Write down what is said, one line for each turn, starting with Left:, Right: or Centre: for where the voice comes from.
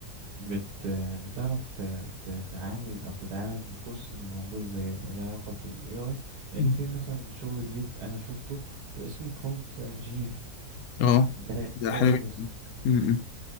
Right: بت... بتعرف ت... تتعامل او تتعامل بالكورسز اللي موجود زي اللي علاقة بالاي اي لان
Left: مم.
Right: في مثلا شغل جديد انا شفته اسمه برومبت انجينير
Left: اه
Right: ده
Left: ده
Right: اي
Left: حلو
Right: اي بس
Left: جدا مم.